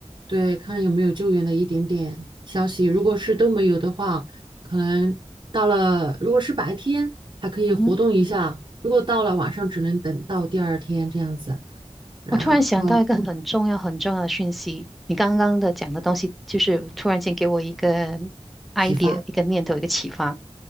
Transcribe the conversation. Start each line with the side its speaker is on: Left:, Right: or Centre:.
Right: 对，看有没有救援的一点点消息。如果是都没有的话，可能到了，如果是白天还可以活动一下，
Centre: 嗯哼。
Right: 如果到了晚上，只能等到第二天这样子，然后
Centre: 我突然想到一个很重要、很重要的讯息，你刚刚的讲的东西，就是突然间给我一个 idea、
Right: 启发
Centre: 一个念头、一个启发。